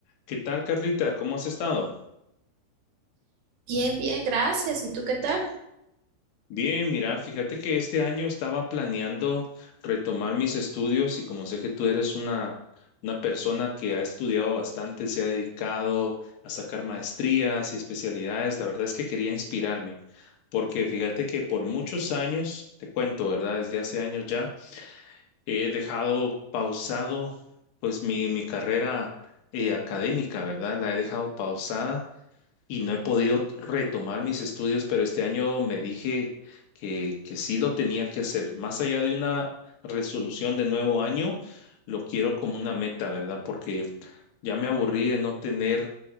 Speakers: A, on the left; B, on the right.
A: ¿Qué tal, Carlita? ¿Cómo has estado?
B: Bien, bien, gracias. ¿Y tú qué tal?
A: Bien, mira, fíjate que este año estaba planeando retomar mis estudios y como sé que tú eres una, una persona que ha estudiado bastante, se ha dedicado a sacar maestrías y especialidades, la verdad es que quería inspirarme, porque fíjate que por muchos años, te cuento, ¿verdad? Desde hace años ya, he dejado pausado pues mi, mi carrera eh, académica, ¿verdad? La he dejado pausada y no he podido retomar mis estudios, pero este año me dije que, que sí lo tenía que hacer. Más allá de una resolución de nuevo año, lo quiero como una meta, ¿verdad? Porque ya me aburrí de no tener